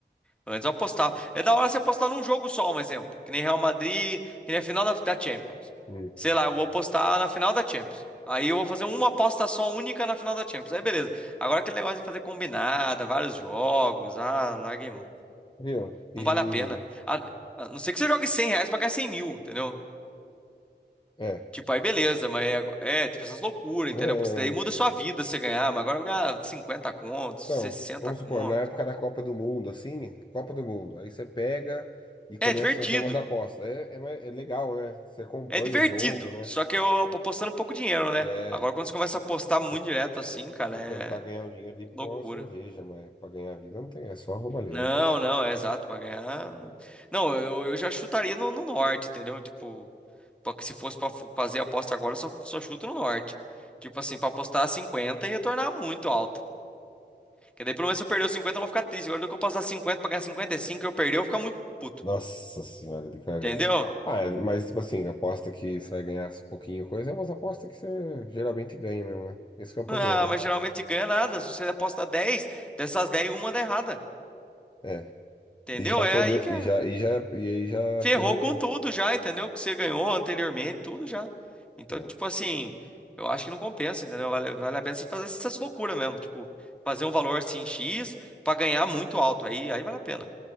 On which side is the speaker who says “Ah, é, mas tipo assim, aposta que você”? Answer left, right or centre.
Left